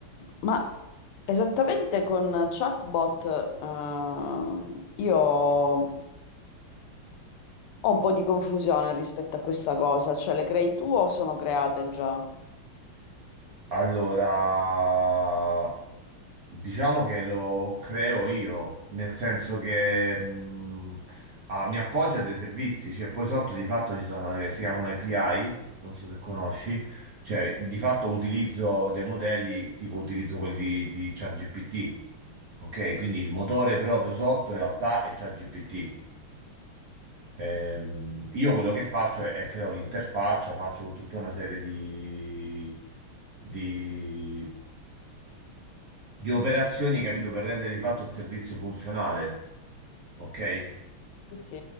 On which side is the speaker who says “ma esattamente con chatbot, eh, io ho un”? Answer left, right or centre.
Left